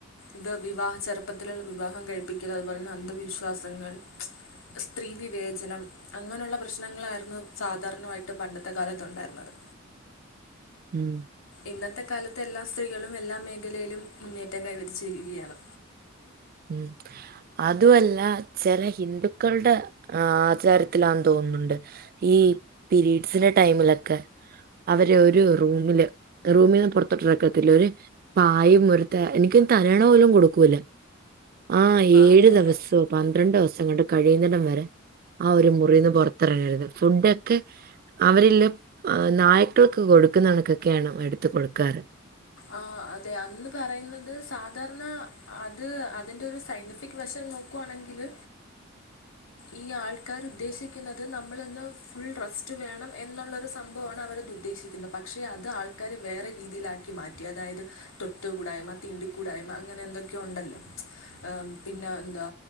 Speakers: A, on the left; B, on the right.
A: ഇത് വിവാഹ ചെറുപ്പത്തിലുള്ള വിവാഹം കഴിപ്പിക്കൽ, അതുപോലെ തന്നെ അന്ധവിശ്വാസങ്ങൾ, സ്ത്രീ വിവേചനം അങ്ങനെയുള്ള പ്രശ്നങ്ങളായിരുന്നു സാധാരണവായിട്ടും പണ്ടത്തെ കാലത്ത് ഉണ്ടായിരുന്നത്
B: ഉം
A: ഇന്നത്തെ കാലത്ത് എല്ലാ സ്ത്രീകളും എല്ലാ മേഖലയിലും മുന്നേറ്റം കൈവരിച്ചിരിക്കുകയാണ്
B: ഉം അതുമല്ല ചില ഹിന്ദുക്കളുടെ ആചാരത്തിലാ തോന്നുന്നുണ്ട് ഈ പീരീഡ്സിന്റെ ടൈമിലൊക്കെ അവര് ഒരു റൂമില് റൂമിന്ന് പുറത്തോട്ട് ഇറക്കത്തില്ല അവര് പായും ഒരു തല എനിക്ക് തലയണ പോലും കൊടുക്കൂല്ല ആ ഏഴ്
A: അതെ
B: ദിവസവും
A: അതെ
B: പന്ത്രണ്ട് ദിവസം തങ്ങളുടെ കഴിയുന്നടം വരെ ആ ഒരു മുറിന്ന് പൊറത്തിറങ്ങരുത് ഫുഡ്ടെക്കെ അവരില്ലെ നായ്ക്കൾക്ക് കൊടുക്കുന്ന ഒണക്കൊക്കെയാണ് എടുത്ത് കൊടുക്കാറ്
A: ആ അതെ അന്ന് പറയുന്നത് സാധാരണ അത് അതിന്റെ ഒരു സയന്റിഫിക് വശം നോക്കുവാണെങ്കില് ഈ ആൾക്കാർ ഉദ്ദേശിക്കുന്നത് നമ്മളന്ന് ഫുൾ റെസ്റ്റ് വേണം എന്നുള്ളൊരു സംഭവമാണ് അവരത് ഉദ്ദേശിക്കുന്നത് പക്ഷെ അത് ആൾക്കാര് വേറെ രീതിയിൽ ആ കി മാറ്റി അതായത് തൊട്ട് കൂടായ്മ തീണ്ടിക്കൂടായ്മ അങ്ങനെ എന്തൊക്കെയോ ഒണ്ടല്ലോ പിന്നെ എന്താ